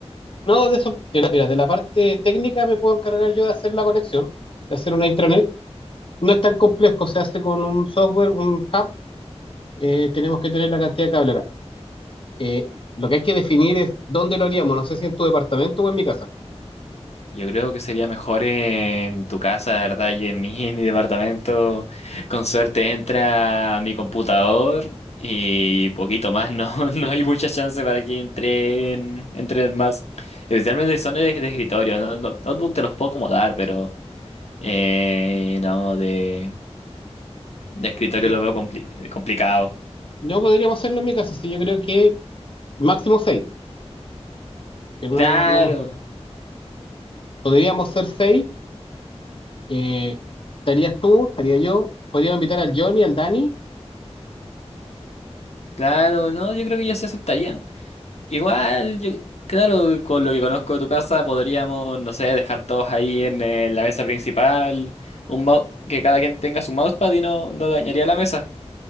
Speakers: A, on the left (about 50°); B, on the left (about 70°).
A: No, de eso, mira, mira, de la parte técnica me puedo encargar yo de hacer la conexión, de hacer una intranet. No es tan complejo, se hace con un software, un hub, eh, tenemos que tener la cantidad de cablera. Eh, lo que hay que definir es dónde lo haríamos, no sé si en tu departamento o en mi casa.
B: Yo creo que sería mejor en tu casa, la verdad, y en mí, en <laughs> mi departamento. Con suerte entra a mi computador y poquito más, no, <laughs> no hay mucha chance para que entren, entren más. Especialmente si son de, de escritorio, no, no- notebook te los puedo acomodar, pero eh, no, de, de escritorio
A: Sí,
B: lo veo compli- complicado.
A: no podríamos hacerlo en mi casa, sí, yo creo que máximo seis, que no,
B: Claro,
A: nos- no, nos- podríamos ser seis, eh, estarías tú, estaría yo, podríamos invitar al Johnny, al Dani,
B: claro, no, yo creo que ya se aceptarían. Igual, yo, claro, con lo que conozco de tu casa podríamos, no sé, dejar todos ahí en, eh, la mesa principal, un mou- que cada quien tenga su mousepad y no, no dañaría la mesa.